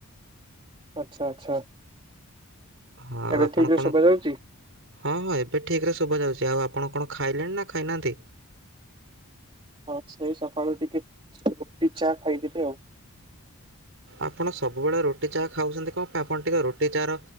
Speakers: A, on the right; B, on the right.
A: ଆଚ୍ଛା ଆଚ୍ଛା।
B: ହଁ
A: ଏବେ
B: ଆପଣକଣ
A: ଠିକ ରେ ଶୁଭା ଯାଉଛି?
B: ହଁ ହଁ ଏବେ ଠିକରେ ଶୁଭାଯାଉଛି ଆଉ ଆପଣ କଣ? ଖାଇଲେଣି ନା ଖାଇନାହାନ୍ତି?
A: ହଁ ସେ ସକାଳୁଟିକେ ରୁଟି ଚା ଖାଇଦେବି ଆଉ।
B: ଆପଣ ସବୁବେଳେ ରୁଟି ଚା ଖାଉଚନ୍ତି କଣ ପାଇଁ ଆପଣ ଟିକେ ରୁଟି ଚା ର